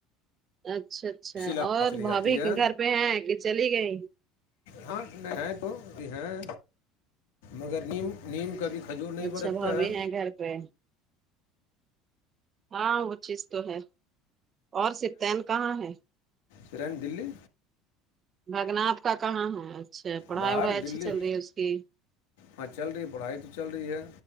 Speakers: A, on the right; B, on the left.
A: اچھا اچھا
B: اسی لحاظ
A: اور
B: چلی جاتی
A: بھابھی
B: ہے
A: گھر پہ ہیں کہ چلی گئی
B: ہاں ہے تو ابھی ہیں مگر نیم نیم کابھی کھجور نہیں
A: اچھا
B: ہو سکتا
A: بھابھی
B: ہے
A: ہیں گھر پہ ہاں وہ چیز تو ہے اور سفطین کہاں ہے
B: کرین دلی
A: بھگنا آپ کا کہاں ہے اچھا پڑھائی
B: باہر
A: وڑھائی اچھی
B: دلی
A: چل رہی ہے اس کی
B: ہاں چل رہی ہے پڑھائی تو چل رہی ہے